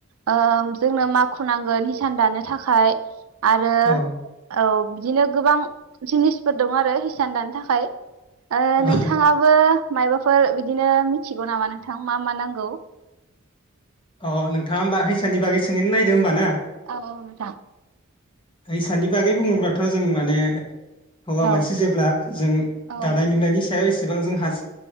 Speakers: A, on the right; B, on the left.
A: ओ जोंनो माखु नांगोन हिसान दानो थाखाय आरो
B: औ
A: औ बिदिनो गोबां जिनिसफोर दं आरो हिसान दानो थाखाय ओ
B: औ
A: नोंथां ओ मायाबाफोर बिदिनो मिथिगौ नामा नोंथां मा मा नांगौ
B: अ नोंथाङा होमबा हिसाननि बागै सोंहैनो नायदो होमबा
A: औ औ नोंथां
B: इसाननि बागै बुङोब्लाथ' जों माने हौवा
A: औ
B: मानसि जेब्ला जों
A: औ
B: दानाय लुनायनि सायाव एसेबां जों हाज